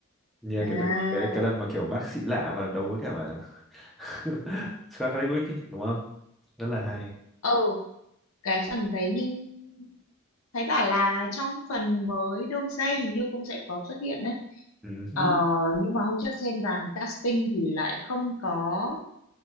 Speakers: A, in the centre; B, on the left (about 80°).
A: như là
B: à
A: kiểu cái cái, cái lần mà kiểu bác sĩ lạ mà đấu với cả mà <laughs> Scarlet Witch ấy, đúng không rất là hay
B: ừ cái phần đấy nhưng thấy bảo là trong phần mới Doomsday hình như cũng sẽ có xuất hiện đấy
A: ừ hứ,
B: Ờ, nhưng mà hôm trước xem dàn casting thì lại không có